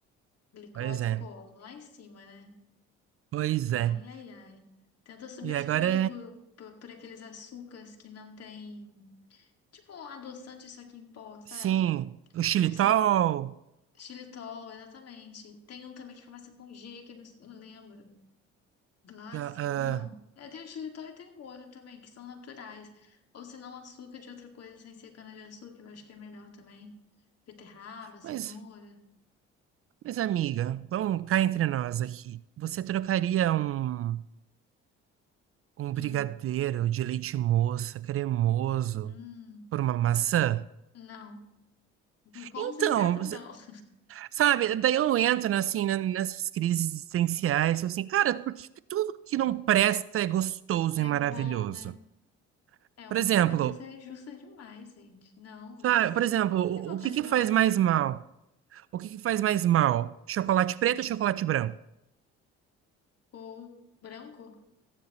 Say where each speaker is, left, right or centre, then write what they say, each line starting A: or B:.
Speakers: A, on the left; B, on the right.
A: glicose
B: Pois é,
A: como? Lá em cima, né?
B: pois
A: Ai,
B: é.
A: ai, ai. Tenta substituir
B: E agora,
A: por, por, por aqueles açúcares que não tem. Tipo um adoçante, só que em pó, sabe?
B: sim, o xilitol,
A: Ou se. Xilitol, exatamente. Tem um também que começa com G, que eu não, não lembro. Glácia?
B: ah, ah,
A: Não. É, tem o xilitol e tem um outro também, que são naturais. Ou se não, açúcar de outra coisa sem ser cana-de-açúcar, eu acho que é melhor também. Beterraba, cenoura.
B: mas, mas amiga, vamos cá entre nós aqui. Você trocaria um, um
A: Hum,
B: brigadeiro de leite moça cremoso
A: hum.
B: por uma maçã?
A: Não. Com
B: Então,
A: certeza não. <laughs>
B: Sabe, daí eu entro né, assim, né, nessas crises existenciais, eu assim, cara, por que que tudo que não presta é gostoso
A: É
B: e maravilhoso?
A: bom, né? É,
B: Por
A: uma
B: exemplo,
A: troca dessa é injusta demais, gente. Não,
B: sabe,
A: você
B: por exemplo, o,
A: tem vontade
B: o que que
A: de comer
B: faz
A: maçã.
B: mais mal? O que que faz mais mal? Chocolate preto ou chocolate branco?
A: Ou branco.